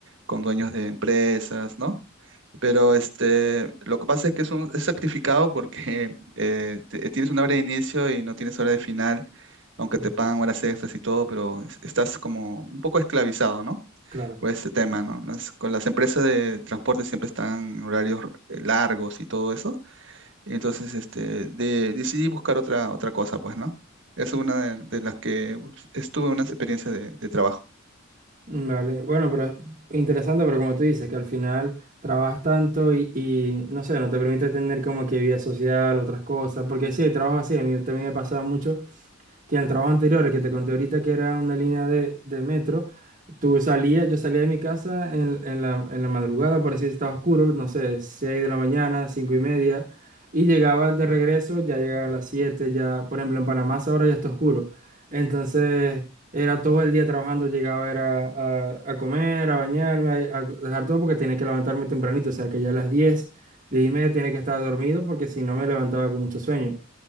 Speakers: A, on the right; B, on the right.
A: con dueños de empresas, ¿no? Pero este, lo que pasa es que es, un, es sacrificado porque <laughs> eh, te- tienes una hora de inicio y no tienes hora de final, aunque
B: ujú.
A: te pagan horas extras y todo, pero es- estás como un poco esclavizado, ¿no?
B: claro.
A: por este tema, ¿no? Las- con las empresas de transporte siempre están en horarios eh, largos y todo eso. Y entonces, este, de- decidí buscar otra, otra cosa, pues, ¿no? Es una de, de las que pues, estuve unas experiencias de, de trabajo.
B: Vale, bueno, pero interesante, pero como tú dices, que al final trabajas tanto y, y, no sé, no te permite tener como que vida social, otras cosas, porque sí, hay trabajo así, a mí también me pasa mucho que en el trabajo anterior, el que te conté ahorita, que era una línea de, de metro, tú salías, yo salía de mi casa en, en la, en la madrugada, por así decirlo, estaba oscuro, no sé, 6 de la mañana, 5 y media, y llegaba de regreso, ya llegaba a las 7 ya, por ejemplo, en Panamá ahora ya está oscuro. Entonces, era todo el día trabajando, llegaba era a, a comer, a bañarme, a, a dejar todo porque tenía que levantarme tempranito, o sea que ya a las diez diez y media tenía que estar dormido porque si no me levantaba con mucho sueño.